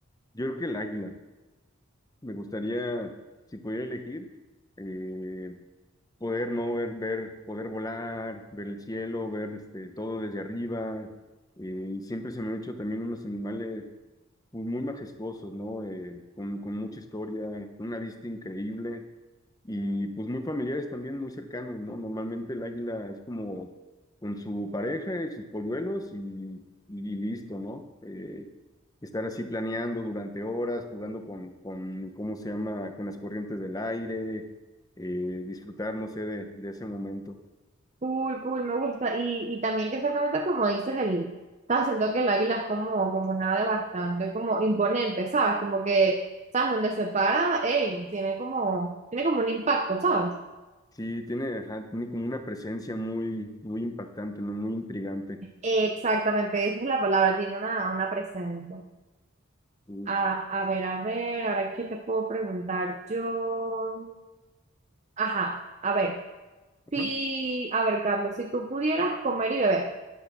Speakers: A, on the left (about 15°); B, on the right (about 30°).
A: yo creo que el águila. Me gustaría, si pudiera elegir, eh, poder no ver, ver, poder volar, ver el cielo, ver este, todo desde arriba. Eh, y siempre se me han hecho también unos animales pues, muy majestuosos, ¿no? Eh, con, con mucha historia, una vista increíble y pues muy familiares también, muy cercanos, ¿no? Normalmente el águila es como con su pareja y sus polluelos y, y listo, ¿no? Eh, estar así planeando durante horas, jugando con, con, ¿cómo se llama?, con las corrientes del aire, eh, disfrutar, no sé, de, de ese momento.
B: Cool, cool, me gusta. Y, y también que exactamente como dices, el, estás siento que el águila es como, como una ave bastante como imponente, ¿sabes? Como que, ¿sabes? Donde se para, ey, tiene como, tiene como un impacto, ¿sabes?
A: Sí, tiene, ajá, tiene como una presencia muy, muy impactante, ¿no? Muy intrigante.
B: Exactamente, esa es la palabra, tiene una, una presencia.
A: Y,
B: A, a ver, a ver, ahora qué te puedo preguntar yo. Ajá, a ver,
A: ajá,
B: si, a ver, Carlos, si tú pudieras comer y beber.